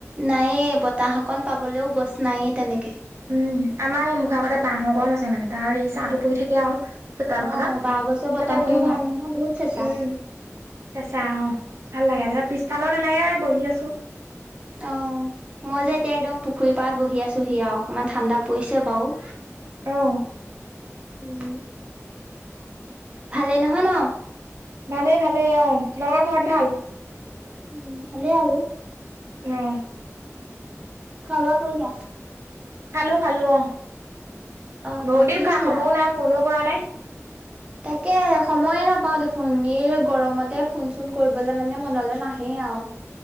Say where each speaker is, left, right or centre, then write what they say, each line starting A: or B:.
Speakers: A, on the right; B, on the right.
A: নায়ে, বতাহ অকণ পাবলেও গছ নায়ে তেনেকে।
B: উম, আমাৰ এই মুখৰ আগতে বাহৰ গছ আছে, মানে তাৰ হে ছাটো পৰি থাকে আৰু। চোতালখনত,
A: অ বাঁহ গছৰ বতাহটোও
B: তাতে বহিম
A: ভাল
B: আহ,
A: নহয় বহুত চেঁচা
B: উম, চেচা অ, ভাল লাগে। পিছফালে তেনেকে বহি আছো।
A: অ, মই যে এতিয়া একদম পুখুৰী পাৰত বহি আছোহি আও। অকণমান ঠাণ্ডা পৰিছে বাৰু।
B: অ',
A: উম, ভালে নহয় ন?
B: ভালেই, ভালে অ, তোমালোকৰ ঘৰত ভাল?
A: উম, ভালে আৰু!
B: অঁ।
A: খোৱা বোৱা কৰিলা
B: খালোঁ, খালোঁ অঁ!
A: অ
B: বহু
A: অ
B: দিন
A: কিহে
B: খা-খবৰো
A: খালা
B: নাই, ফোনো কৰা নাই।
A: তাকে, সময়ে নাপাওঁ দেখোন! এই গৰমতে ফোন-চোন কৰিবলে মানে মনলৈ নাহে! অঁ।